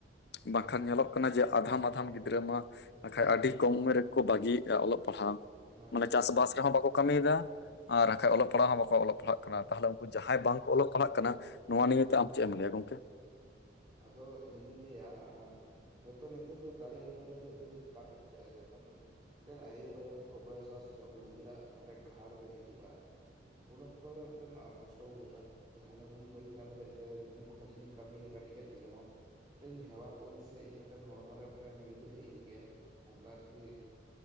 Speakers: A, on the left; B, on the right.
A: ᱵᱟᱝᱠᱷᱟᱱ ᱧᱮᱞᱚᱜ ᱠᱟᱱᱟ ᱡᱮ ᱟᱫᱷᱟᱢ ᱢᱟᱫᱷᱟᱢ ᱜᱤᱫᱽᱨᱟᱹ ᱾ ᱵᱟᱠᱷᱟᱡ ᱟᱹᱰᱤ ᱠᱚᱢ ᱩᱢᱮᱨ ᱨᱮᱠᱚ ᱵᱟᱹᱜᱤᱭᱮᱫᱼᱟ ᱚᱞᱚᱜ ᱯᱟᱲᱦᱟᱜ ᱾
B: ᱦᱩᱸ
A: ᱢᱟᱱᱮ
B: ᱦᱩᱸ
A: ᱪᱟᱥᱵᱟᱥ
B: ᱦᱩᱸ
A: ᱨᱮᱦᱚᱸ ᱵᱟᱠᱚ ᱠᱟᱹᱢᱤᱭᱮᱫᱟ ᱟᱨ ᱵᱟᱠᱷᱟᱡ ᱚᱞᱚᱜ ᱯᱟᱲᱦᱟᱜ ᱦᱚᱸ ᱵᱟᱠᱚ? ᱚᱞᱚᱜ ᱯᱟᱲᱦᱟᱜ ᱠᱟᱱᱟ ᱛᱟᱦᱚᱞᱮ ᱩᱱᱠᱩ ᱡᱟᱦᱟᱸᱭ ᱵᱟᱝ ᱠᱚ ᱚᱞᱚᱜ ᱯᱟᱲᱦᱟᱜ ᱠᱟᱱᱟ ᱱᱚᱣᱟ ᱱᱤᱭᱮᱛᱮ ᱟᱢ ᱪᱮᱫ ᱮᱢ ᱞᱟᱹᱭᱟ ᱜᱚᱝᱠᱮ?
B: ᱟᱫᱚ ᱤᱧᱫᱩᱧ ᱞᱟᱹᱭᱟ᱾ ᱦᱳᱭᱛᱚ ᱱᱤᱛᱚᱜ ᱫᱚ ᱫᱟᱲᱮ ᱩᱢᱮᱨ ᱨᱮᱫᱚ ᱱᱤᱛᱚ ᱫᱚ ᱵᱟᱝ ᱵᱩᱡᱷᱟᱹᱜᱼᱟ ᱡᱚᱠᱷᱚᱱ ᱾ ᱢᱤᱫᱴᱮᱱ ᱟᱭᱳᱼᱵᱟᱵᱟ ᱡᱚᱠᱷᱚᱱ ᱠᱚ ᱵᱚᱭᱮᱥᱚᱜᱼᱟ ᱥᱮ ᱡᱚᱠᱷᱚᱱ ᱱᱤᱡᱮᱨᱟᱜ ᱢᱤᱫᱴᱮᱱ ᱜᱷᱟᱴ ᱨᱮ ᱦᱤᱡᱩᱜᱼᱟ ᱾ ᱩᱱ ᱚᱠᱛᱚ ᱨᱮ ᱢᱤᱫᱴᱮᱱ ᱠᱚᱥᱴᱚ ᱵᱩᱡᱷᱟᱹᱜᱼᱟ ᱡᱟ ᱦᱟᱱᱮ ᱩᱱ ᱵᱟᱹᱧ ᱠᱟᱹᱢᱤ ᱞᱮᱫ ᱛᱮ ᱩᱱ ᱾ ᱩᱱᱟᱹᱜ ᱡᱩᱫᱤᱧ ᱠᱟᱹᱢᱤᱭᱟ ᱠᱟᱹᱴᱤᱡ ᱠᱟᱹᱴᱤᱡ ᱨᱮᱦᱚᱸ ᱾ ᱢᱤᱫᱴᱟᱹᱝ ᱤᱧ ᱦᱮᱣᱟ ᱠᱚᱜ ᱟ ᱥᱮ ᱤᱧ ᱢᱤᱫᱴᱮᱱ ᱦᱚᱲᱢᱚ ᱨᱮ ᱢᱤᱫᱴᱮᱱ ᱦᱮᱵᱤᱴ ᱦᱮᱡ ᱤᱧ ᱠᱮᱭᱟ ᱾ ᱚᱱᱠᱟ ᱟᱨᱠᱤ